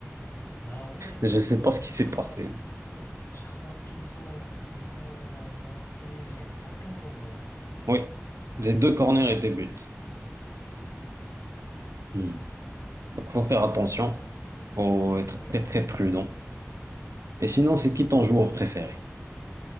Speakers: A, on the left; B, on the right.
A: Ah ouais,
B: Je sais
A: oui,
B: pas
A: je,
B: ce qui s'est
A: je crois,
B: passé.
A: ouais, je crois qu'ils ont qu'ils ont raté aucun corner.
B: Oui, les deux corners étaient buts.
A: Ah ouais.
B: Hmm. Donc, faut faire attention.
A: Donc, euh,
B: Faut être
A: ouais.
B: très, très prudent. Et sinon, c'est qui ton joueur préféré?